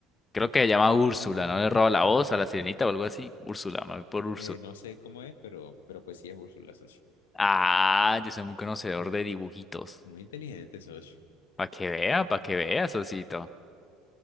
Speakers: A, on the left (about 20°); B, on the left (about 70°).
A: Creo que se llama Úrsula, ¿no? Le roba la voz a la sirenita o algo así. Úrsula, me voy por Úrsula.
B: Eh, no sé cómo es, pero, pero pues sí es Úrsula, socio.
A: Ah, yo soy muy conocedor de dibujitos.
B: Muy inteligente, socio.
A: Para que vea, para que vea, socito.